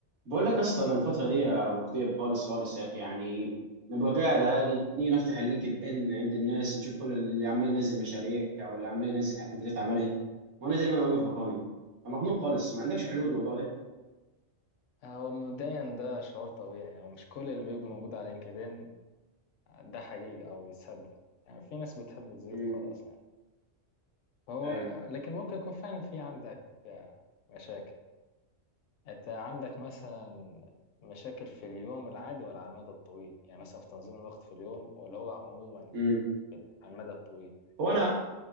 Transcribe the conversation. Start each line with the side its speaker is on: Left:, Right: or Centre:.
Right: بقول لك يا اسطى انا الفتره دي مكتئب خالص خالص يا اخي يعني نبقى قاعد عادي نيجي نفتح اللينكد ان عند الناس نشوف كل اللي عمال ينزل مشاريع واللي عمال ينزل انجازات عملها وانا زي ما انا واقف بكوني أنا مخنوق خالص ما عندكش حلول للموضوع ده
Left: آه، هو مبدئيا ده شعور طبيعي يعني هو مش كل اللي بيبقى موجود على لينكدين ده حقيقي او يتصدق يعني في ناس بتحب تزيط
Right: امم
Left: وخلاص يعني هو
Right: ايوه
Left: لكن ممكن يكون فعلا في عندك آه، مشاكل انت عندك مثلا مشاكل في اليوم العادي ولا على المدى الطويل يعني مثلا في تنظيم الوقت في اليوم ولا هو عموما
Right: امم
Left: في ال- على المدى الطويل
Right: هو انا